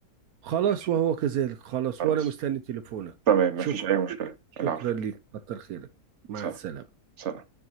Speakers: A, on the right; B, on the right.
A: خلاص
B: ماشي
A: وهو كذلك خلاص
B: خلاص
A: وأنا مستني تليفونك
B: تمام
A: شكرا
B: مفيش أي مشكلة
A: ليك شكرا
B: العفو
A: ليك كتر خيرك مع
B: سلام
A: السلامة
B: سلام